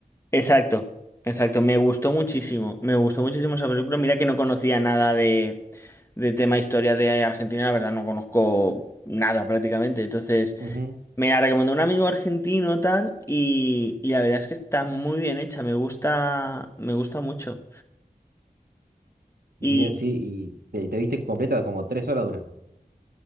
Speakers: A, on the left; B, on the right.
A: Exacto, exacto. Me gustó muchísimo, me gustó muchísimo esa película. Mira que no conocía nada de, de tema historia de Argentina, la verdad no conozco nada prácticamente. Entonces,
B: Ujú.
A: me la recomendó un amigo argentino tal y, y la verdad es que está muy bien hecha, me gusta, me gusta mucho.
B: Bien,
A: Y,
B: sí, y te, te viste completa como tres horas dura.